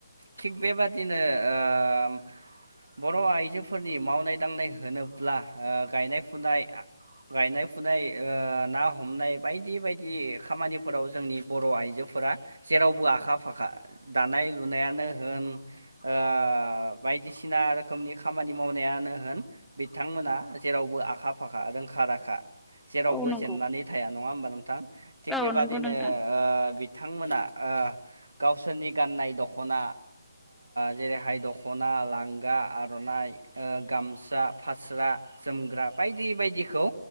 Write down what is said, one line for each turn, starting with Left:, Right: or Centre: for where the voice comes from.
Right: थिग बेबादिनो ओ बर' आइजोफोरनि मावनाय दांनाय होनोब्ला ओ गायनाय फुनाय गायनाय फुनाय ओ ना हमनाय बायदि-बायदि खामानिफोराव जोंनि बर' आइजो फोरा जेरावबो आखा फाखा दानाय लुनायानो होनाय ओ बाय बायदिसिना रोखोमनि खामानि मावनायानो होन बिथांमोना जेरावबो आखा फाखा रोंखा राखा जेरावबो
Centre: औ नंगौ
Right: जेननानै थाया नंङा होमबा नोंथां थिग
Centre: औ
Right: बेबादिनो
Centre: नंगौ नोंथां
Right: ओ बिथांमोना ओ गावसोरनि गाननाय दख'ना जेरैहाय दख'ना लांगा आर'नाइ गामसा फास्रा जोमग्रा बायदि बायदिखौ